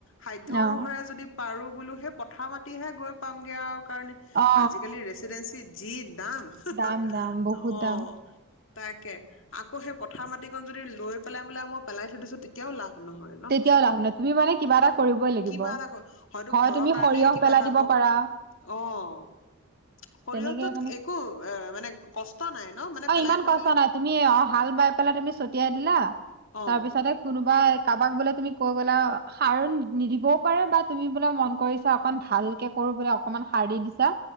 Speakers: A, on the left (about 60°); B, on the right (about 45°).
A: সাধ্য অনুসাৰে
B: অ
A: যদি পাৰো বোলো সেই পথাৰ মাটিহে গৈ পামগে আৰু কাৰণ
B: অ
A: আজিকালি ৰেচিডেন্সী জীদ দাম হু
B: দাম
A: হু
B: দাম বহুত
A: অহ
B: দাম
A: তাকে, আকৌ সেই পথাৰ মাটিকন যদি লৈ পেলাই বলে মই পেলাই থৈ দিছো তেতিয়াও লাভ নহয় নহ
B: তেতিয়াও লাভ নাই তুমি মানে কিবা এটা কৰিবই লাগিব
A: কিবা এটা হয়তো
B: হয়
A: ঘৰৰ
B: তুমি
A: কাৰণে
B: সৰিয়হ
A: কিবা
B: পেলাই
A: এটা
B: দিব
A: হওক
B: পাৰা
A: অহ সৰিয়হটোত
B: তেনেকে মানে
A: একো এহ মানে কষ্ট নাই নহ মানে
B: অ
A: পেলাই
B: ইমান
A: থৈ
B: কষ্ট
A: দিলে
B: নাই তুমি অঁ হাল বাই পেলাই তুমি ছটিয়াই দিলা
A: অ
B: তাৰ পিছতে কোনো বায়িপ কাৰোবাক বোলে তুমি কৈ বোলো সাৰ নিদিবও পাৰে বা তুমি বোলে মন কৰিছা অকন ভালকে কৰো বোলে অকনমান সাৰ দি দিছা।